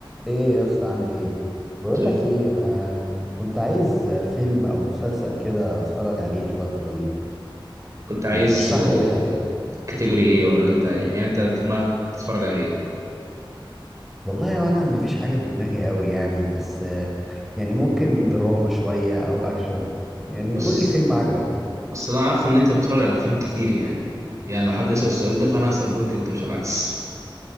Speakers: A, in the centre; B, on the right (about 35°).
A: ايه يا اسطى عامل ايه بقول
B: زي
A: لك
B: الفل
A: ايه انا كنت عايز فيلم او مسلسل كده اتفرج عليه الفتره دي
B: كنت عايز
A: ما ترشح
B: آه،
A: لي اي حاجه
B: كاتيجوري ايه ولا انت يعني يعني انت في دماغك بتتفرج على ايه
A: والله وانا ما فيش حاجه في دماغي قوي يعني بس آه، يعني ممكن دراما شويه او اكشن يعني
B: بس
A: قول لي فيلم عجبك
B: بس انا عارف ان انت بتتفرج على افلام كتير يعني يعني لو حد يسأل السؤال ده فانا هسأله لك انت مش العكس